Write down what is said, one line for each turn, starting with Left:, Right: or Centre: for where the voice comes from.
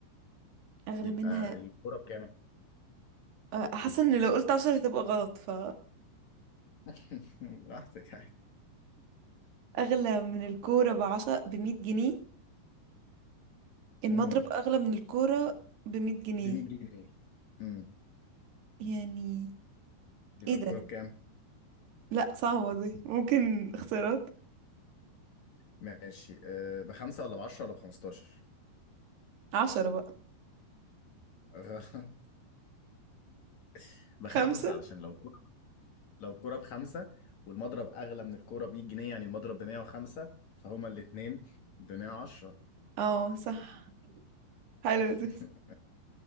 Right: اغلى
Left: يبقى
Right: منها
Left: الكوره بكام؟
Right: أه، حاسه ان لو قلت 10 هتبقى غلط ف
Left: <laughs> براحتك عادي
Right: اغلى من الكوره بعشرة بمية جنيه المضرب
Left: امم
Right: اغلى من الكوره بمية جنيه
Left: ب 100 جنيه امم
Right: يعني
Left: يبقى
Right: ايه ده
Left: الكوره بكام؟
Right: لا صعبه دي ممكن اختيارات
Left: ماشي أه بخمسه ولا بعشره ولا بخمستاشر؟
Right: عشرة بقى
Left: غ- <laughs> بخمسه
Right: خمسة
Left: علشان لو الكوره لو الكوره بخمسه والمضرب اغلى من الكوره ب 100 جنيه يعني المضرب ب 105 فهما الاثنين ب 110
Right: اه صح حلو
Left: <laughs>
Right: دي